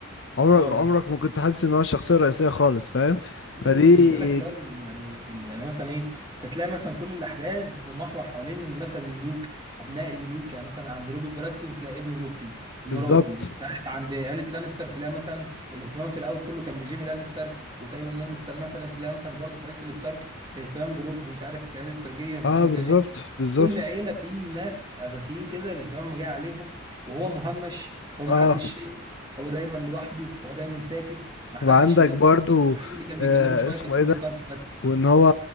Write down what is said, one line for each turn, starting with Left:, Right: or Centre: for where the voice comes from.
Left: عمرك
Right: خالص
Left: عمرك ما كنت حاسس ان هو الشخصيه الرئيسيه خالص فاهم
Right: يعني
Left: فدي
Right: ده بالنسبه لك اللي هو ال- يعني ال- يعني مثلا ايه انت تلاقي مثلا كل الاحداث بتتمحور حوالين ان مثلا الملوك ابناء الملوك يعني مثلا عند روبرت براسيون تلاقي ابنه جوفري مراته
Left: بالظبط
Right: مش عارف عند عيله لانستر تلاقي مثلا الاهتمام في الاول كله كان بجيمي لانستر وتايوان لانستر مثلا تلاقي مثلا برضه في عيله الستارك الاهتمام بروب مش عارف في عيله تارجيريان الاهتمام
Left: اه
Right: بدانيل
Left: بالظبط بالظبط
Right: كل عيله في ناس اساسيين كده الاهتمام جاي عليهم وهو مهمش هو محدش
Left: اه
Right: شايفه هو دايما لوحده هو دايما ساكت محدش
Left: وعندك
Right: في بيت
Left: برضو
Right: الوحيد اللي كان
Left: آه
Right: بيكلمه شويه
Left: اسمه
Right: كان روب
Left: ايه ده
Right: ستارك بس
Left: وان هو